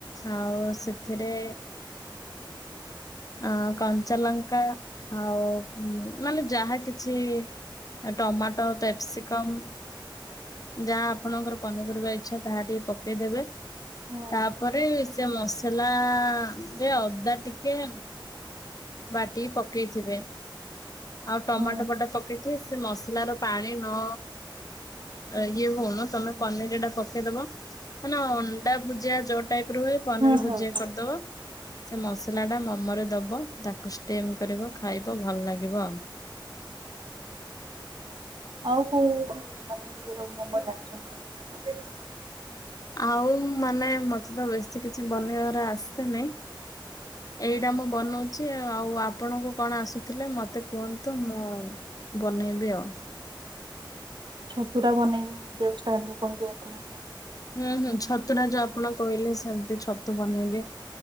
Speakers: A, on the left; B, on the right.
A: ଆଉ ସେଥିରେ ଅ କଞ୍ଚାଲଙ୍କା ଆଉ ମାନେ ଯାହା କିଛି ଏ ଟମାଟୋ କ୍ୟାପସିକମ୍ ଯାହା ଆପଣଙ୍କର ପନିପରିବା ଇଚ୍ଛା ତାହା ଟିକେ ପକେଇଦେବେ।
B: ହୁଁ
A: ତାପରେ ସେ ମସଲାରେ ଅଦା ଟିକେ ବାଟିକି ପକେଇଥିବେ ଆଉ ଟମାଟୋ
B: ହୁଁ
A: ବଟା ପ କେଇଥିବେ ସେ ମସଲାର ପାଣି ନ ଇଏ ହଉନ ତମେ ପନିରଟା ପକେଇଦବ। ମ ନା ଅଣ୍ଡା ଭୁଜିଆ ଯୋଉ ଟାଇପର ହୁଏ। ପନିର
B: ହୁଁ ହୁଁ
A: ଭୁଜିଆ
B: ହୁଁ
A: କରିଦବ ସେ ମସଲାଟା ମୋମରେ ଦବ। ତାକୁ ଷ୍ଟିମ କରିବ ଖାଇବ ଭଲ ଲାଗିବ।
B: ଆଉ କୋଉ ମାନେ ଇର ମୋମ ଜଣିଛନ୍ତି।
A: ଆଉ ମାନେ ମତେ ତ ବେଶୀ କିଛି ବନେଇବାର ଆସିନି ଏଇଟା ମୁଁ ବନଉଛି ଆଉ ଆପଣଙ୍କୁ କଣ ଆସୁଥିଲେ ମତେ କୁହନ୍ତୁ ମୁଁ ବନେଇବି ଆଉ
B: ଛତୁଟା ବନେଇବି ମୁଁ ଯୋଉ ଷ୍ଟାଇଲରେ କହିଲି ଆପଣଙ୍କୁ।
A: ହୁଁ ହୁଁ ଛତୁଟା ଯୋଉ ଆପଣ କହିଲେ ସେମତି ଛତୁ ବନେଇବେ